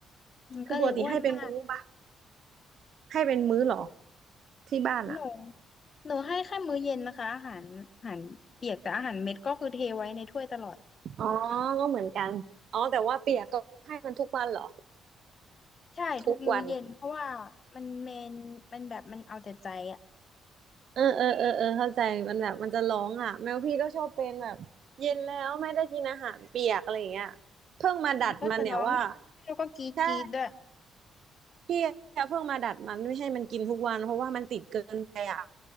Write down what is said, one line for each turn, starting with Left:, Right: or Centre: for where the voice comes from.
Left: มันก็เลยอ้วนมาก
Right: คือปกติให้เป็นมื้อปะให้เป็นมื้อเหรอที่บ้านอ่ะ
Left: หนูหนูให้แค่มื้อเย็นนะคะอาหารอาหารเปียกแต่อาหารเม็ดก็คือเทไว้ในถ้วยตลอด
Right: อ๋อก็เหมือนกันอ๋อแต่ว่าเปียกก็ให้มันทุกวันเหรอ
Left: ใช่ทุกมื้อเย็นเพราะว่า
Right: ทุกวัน
Left: มันเมนมันแบบมันเอาแต่ใจอะ
Right: เออเออเออเออเข้าใจมันแบบมันจะร้องอ่ะแมวพี่ก็ชอบเป็นแบบเย็นแล้วไม่ได้กินอาหารเปียกอะไรอย่างเงี้ยเพิ่งมาดัดมันเนี่ยว่า
Left: แล้วก็จะร้องแล้วก็กรีดกรีดด้วย
Right: ใช่พี่อะเพิ่งมาดัดมันไม่ให้มันกินทุกวันเพราะว่ามันติดเกินไปอ่ะ